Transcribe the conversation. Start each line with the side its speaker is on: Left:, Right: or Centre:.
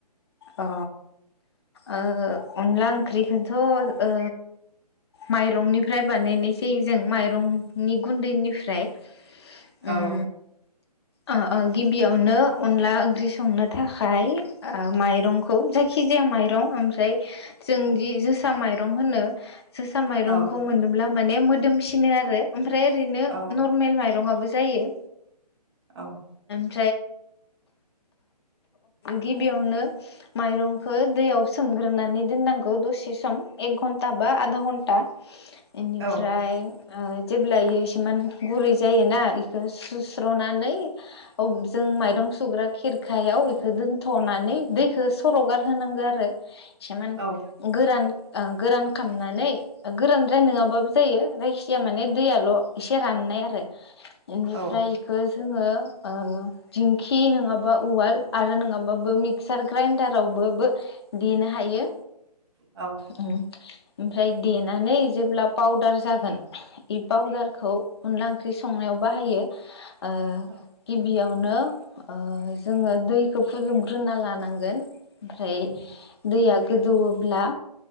Left: अ ओ अनला ओंख्रिखौथ' ओ माइरंनिफ्राय बानायनायसै जों माइरंनि गुन्दैनिफ्राय
Right: औ
Left: उम ओ ओ गिबियावनो अनला ओंख्रि संनो थाखाय माइरंखौ जायखि खिजाया माइरं ओमफ्राय जोंदि जोसा माइरं होनो जोसा माइरंखौ
Right: औ
Left: मोनोब्ला माने मोदोमसिनो आरो ओमफ्राय ओरैनो
Right: औ
Left: नरमेल माइ रंआबो जायो
Right: औ
Left: <unintelligible> <unintelligible> गिबियावनो माइरंखौ दैयाव सोमग्रोनानै दोननांगौ दसे सम एक घन्टा बा आधा घन्टा इनिफ्राय
Right: औ
Left: जेब्ला इयो इसुमान गुरै जायोना इखौ सु <unintelligible> नानै जों माइरं सुग्रा खेरखायाव एलखौ दोनथ'नानै दैखो सर'गार होनांगौ आरो एसेमान
Right: औ
Left: गोरान गोरान खामनानै गोरानद्राय नङाबाबो जायो जायखिजाया माने दैयाल' एसे राननाय आरो बेनिफ्राय
Right: औ
Left: बेखौ जोङो ओ दिंखि नङाबा उवाल आरो नङाबाबो मिक्सार ग्राइन्डाराव बो बे देनो हायो
Right: औ
Left: उम ओमफ्राय देनानै जेब्ला पावदार जागोन बे पावदारखौ अनला ओंख्रि संनायाव बाहायो, ओ
Right: औ
Left: गिबियाव नो जोङो दैखौ फुदुंग्रोना लानांगोन ओमफ्राय
Right: उम
Left: दैया गोदौवोब्ला